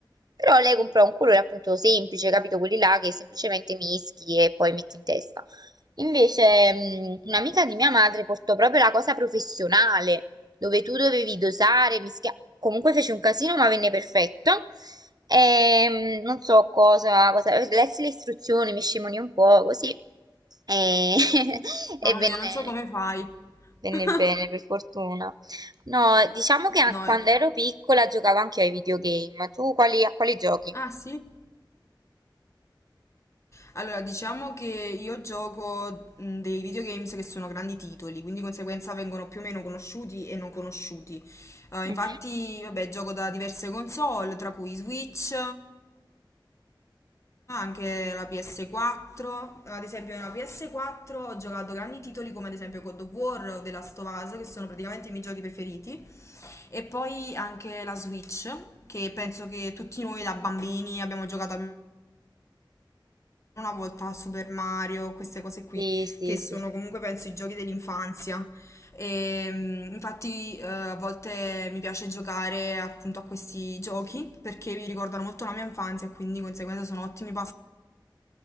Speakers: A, on the right (about 55°); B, on the left (about 35°).
A: però lei comprò un colore appunto semplice, capito? Quelli là che semplicemente mischi e poi metti in testa. Invece, mm, un'amica di mia madre portò proprio la cosa professionale dove tu dovevi dosare, mischiare. Comunque fece un casino, ma venne perfetto. E, non so cosa, cosa, lessi le istruzioni, mi scimonì un po' così e, <laughs> e
B: Mamma
A: venne,
B: mia, non so come fai.
A: venne
B: <laughs>
A: bene, per fortuna. No, diciamo che a-
B: No,
A: quando
B: eh,
A: ero piccola giocavo anche ai videogame. Tu quali, a quali giochi?
B: ah sì? Allora, diciamo che io gioco mh, dei videogames che sono grandi titoli, quindi di conseguenza vengono più o meno conosciuti e non conosciuti. Eh,
A: Mhm.
B: infatti, vabbè, gioco da diverse console, tra cui Switch, anche la PS4. Ad esempio, nella PS4 ho giocato grandi titoli come ad esempio God of War o The Last of Us, che sono praticamente i miei giochi preferiti. E poi anche la Switch, che penso che tutti noi da bambini abbiamo giocato al una volta a Super Mario, queste cose qui,
A: Sì, sì,
B: che sono
A: sì.
B: comunque penso i giochi dell'infanzia. E, mm, infatti eh, a volte mi piace giocare appunto a questi giochi perché mi ricordano molto la mia infanzia e quindi di conseguenza sono ottimi